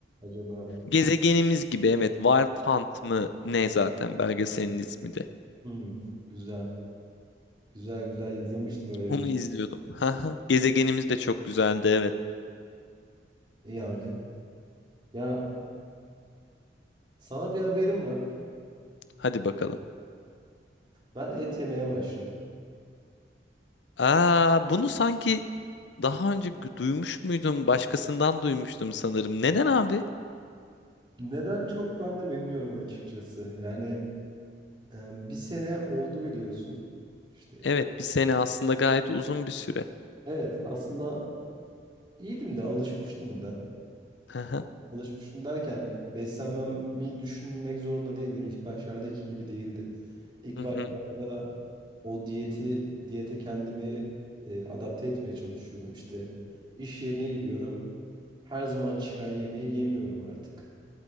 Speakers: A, on the right (about 25°); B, on the left (about 70°).
A: acaba o?
B: gezegenimiz gibi evet Wild Hunt mı ne zaten belgeselin ismi de.
A: Hmm, güzel. Güzel güzel izlemiştim öyle
B: Onu
A: bir şey.
B: izliyordum. <laughs> Haha, Gezegenimiz de çok güzeldi evet.
A: İyi abi. Ya sana bir haberim var.
B: Hadi bakalım.
A: Ben et yemeye başladım.
B: Aa, bunu sanki daha önce gü- duymuş muydum? Başkasından duymuştum sanırım. Neden abi?
A: Neden çok ben de bilmiyorum açıkçası. Yani e, bir sene oldu biliyorsun. İşte
B: Evet, bir sene aslında gayet uzun bir süre.
A: evet aslında iyiydim de alışmıştım da.
B: Haha,
A: Alışmışım derken beslenmemi düşünmek zorunda değildim. İlk başlardaki gibi değildi. İlk
B: Hı
A: başlarda
B: hı.
A: o diyeti, diyete kendimi e, adapte etmeye çalışıyordum. İşte iş yerine gidiyorum. Her zaman çıkan yemeği yemiyorum artık.